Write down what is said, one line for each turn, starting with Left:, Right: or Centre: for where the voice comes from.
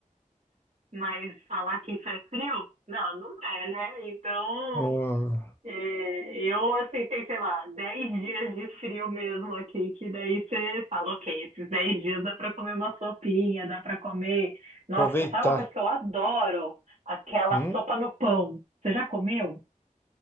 Right: mas falar que isso é frio? Não, não é, né? Então,
Left: Hum,
Right: é, eu aceitei, sei lá, 10 dias de frio mesmo aqui, que daí você fala, ok, esses 10 dias dá pra comer uma sopinha, dá pra comer. Nossa,
Left: aproveitar.
Right: sabe uma coisa que eu adoro? Aquela
Left: Hum?
Right: sopa no pão. Você já comeu?